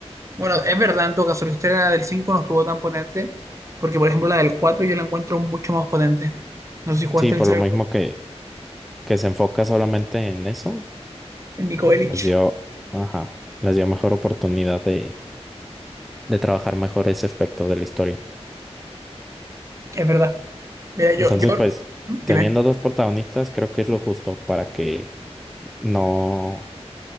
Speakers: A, on the right; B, in the centre.
A: Bueno, es verdad en todo caso, la historia del 5 no estuvo tan potente, porque por ejemplo la del 4 yo la encuentro mucho más potente. No sé si jugaste
B: Sí, por
A: la historia
B: lo mismo
A: del 4
B: que, que se enfoca solamente en eso,
A: en Nico Bellic,
B: les dio, ajá, les dio mejor oportunidad de, de trabajar mejor ese aspecto de la historia.
A: es verdad. Mira, yo,
B: Entonces,
A: yo,
B: pues,
A: ¿Mm? dime,
B: teniendo dos protagonistas, creo que es lo justo para que no,